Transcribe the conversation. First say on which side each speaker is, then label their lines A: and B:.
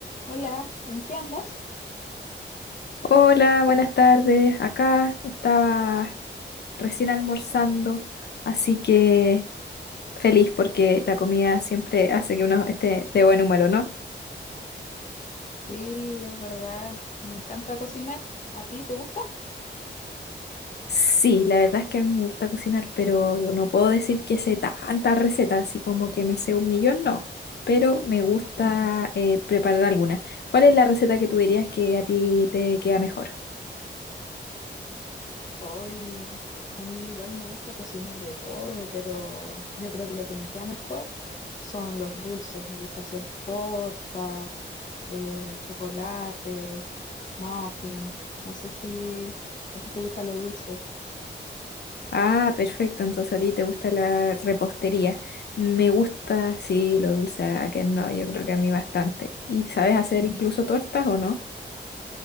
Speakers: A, on the left; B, on the left.
A: Hola, ¿en qué andas?
B: Hola, buenas tardes. Acá estaba recién almorzando, así que feliz porque la comida siempre hace que uno esté de buen humor, ¿o ¿no?
A: Sí, es verdad, me encanta cocinar. ¿A ti te gusta?
B: Sí, la verdad es que a mí me gusta cocinar, pero no puedo decir que sé tantas recetas, así como que me sé un millón, no. Pero me gusta
A: Ujú.
B: eh, preparar alguna. ¿Cuál es la receta que tú dirías que a ti te queda mejor?
A: Hoy, a mí igual me gusta cocinar de todo, pero yo creo que lo que me queda mejor son los dulces. Me gusta hacer tortas, eh, chocolate, muffin. No sé si a ti te gusta lo dulce.
B: Ah, perfecto. Entonces a ti te gusta la repostería. Me gusta, sí, lo dulce. A que no, yo creo que a mí bastante. ¿Y sabes hacer
A: Ujú.
B: incluso tortas o no?